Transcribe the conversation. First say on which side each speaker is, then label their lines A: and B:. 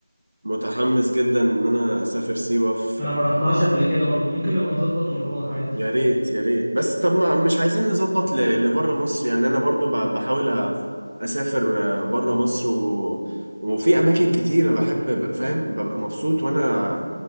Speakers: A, on the right (about 50°); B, in the centre.
A: متحمس جدا إن أنا أسافر سيوة في
B: انا ما رحتهاش قبل كده برضو ممكن نبقى نظبط ونروح عادي
A: يا ريت يا ريت بس طب ما مش عايزين نظبط ل- لبره مصر يعني انا برضو ب- بحاول أ- اسافر آه، بره مصر و... وفي اماكن كتيره بحب ب- فاهم ببقى مبسوط وانا